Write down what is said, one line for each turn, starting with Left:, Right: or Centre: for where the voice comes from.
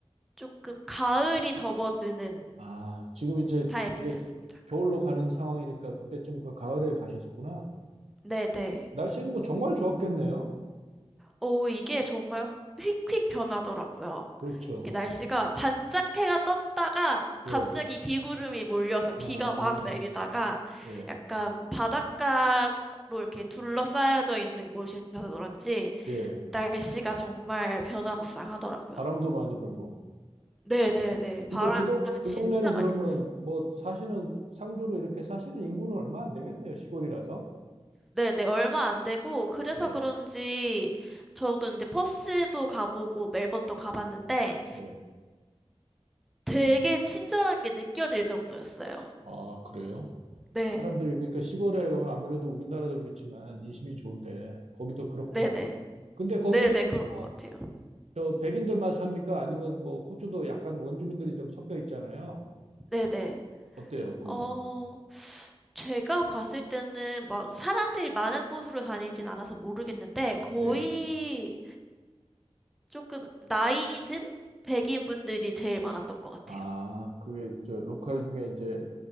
Centre: 조금 가을이 접어드는
Right: 아, 지금 이제
Centre: 타이밍이었습니다.
Right: 이제 겨울로 가는 상황이니까 그때쯤 그 가을에 가셨구나.
Centre: 네, 네.
Right: 날씨는 뭐 정말 좋았겠네요.
Centre: 오, 이게 정말 휙휙 변하더라고요.
Right: 그렇죠.
Centre: 이게 날씨가 반짝 해가 떴다가 갑자기
Right: 예.
Centre: 비구름이 몰려서
Right: 아,
Centre: 비가 막 내리다가
Right: 예.
Centre: 약간 바닷가로 이렇게 둘러싸여져 있는 곳이라서 그런지
Right: 예.
Centre: 날씨가 정말 변화무쌍하더라고요.
Right: 바람도 많이 불고.
Centre: 네네네.
Right: 근데
Centre: 바람
Right: 그, 동 그
Centre: 진짜
Right: 동네는
Centre: 많이
Right: 그러면
Centre: 불었어요.
Right: 뭐 사시는 상주로 이렇게 사시는 인구는 얼마 안 되겠네요. 시골이라서.
Centre: 네네. 얼마 안 되고 그래서
Right: 예,
Centre: 그런지 저도 이제 퍼스도 가보고 멜번도 가봤는데
Right: 예.
Centre: 되게 친절한 게 느껴질 정도였어요.
Right: 아, 그래요?
Centre: 네,
Right: 사람들이 그러니까 시골에 가면 아무래도 우리나라도 그렇지만 인심이 좋은데 거기도 그렇구나.
Centre: 네네.
Right: 근데 거기도
Centre: 네네, 그런
Right: 뭐
Centre: 것 같아요.
Right: 저 백인들만 삽니까? 아니면 뭐 호주도 약간 원주민들이 좀 섞여 있잖아요.
Centre: 네네.
Right: 어때요, 거기는?
Centre: 어, 제가 봤을 때는 막 사람들이 많은 곳으로 다니진 않아서 모르겠는데, 거의
Right: 네.
Centre: 조금 나이 든 백인 분들이 제일 많았던 것 같아요.
Right: 아, 그게 저 로컬 중에 이제